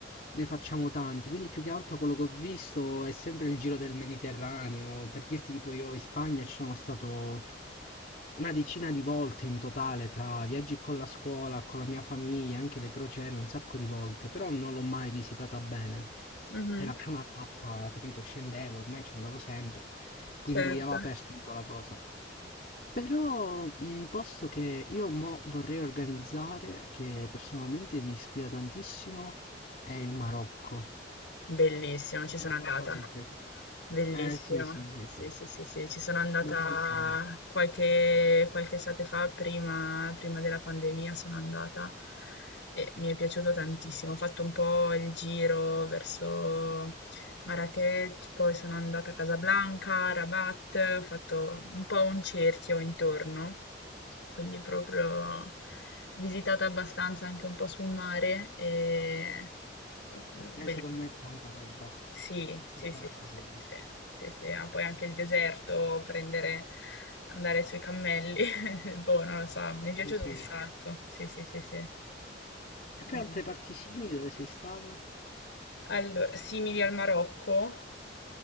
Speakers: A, on the left (about 45°); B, on the left (about 75°).
A: ne facciamo tanti, quindi più che altro quello che ho visto è sempre il giro del Mediterraneo, per dirti tipo io in Spagna ci sono stato una decina di volte in totale tra viaggi con la scuola, con la mia famiglia, anche le crociere, un sacco di volte, però non l'ho mai visitata bene.
B: Mhm,
A: Era più una tappa, capito? Scendevo, ormai ci andavo sempre, quindi
B: certo.
A: aveva perso un po' la cosa. Però un posto che io mo vorrei organizzare, che personalmente mi ispira tantissimo, è il Marocco.
B: Bellissimo, ci sono
A: Non
B: andata.
A: lo so il perché.
B: Bellissimo.
A: Eh sì, sì, sì,
B: Sì,
A: sì.
B: sì, sì, sì, ci sono andata
A: Dove sei stato?
B: qualche, qualche estate fa, prima, prima della pandemia sono andata e mi è piaciuto tantissimo. Ho fatto un po' il giro verso Marrakech, poi sono andata a Casablanca, Rabat, ho fatto un po' un cerchio intorno, quindi proprio visitata abbastanza anche un po' sul mare e mm, bellissimo.
A: Eh, secondo me è tanta roba.
B: Sì,
A: È tanta,
B: sì, sì,
A: tanta
B: sì, sì,
A: roba.
B: sì, sì. Sì, sì, ah, poi anche il deserto, prendere andare sui cammelli, <laughs> boh, non lo so, mi è
A: Sì,
B: piaciuto
A: sì.
B: un sacco. Sì, sì, sì, sì.
A: E poi
B: Ehm,
A: altre parti simili dove sei stata?
B: Allora, simili al Marocco,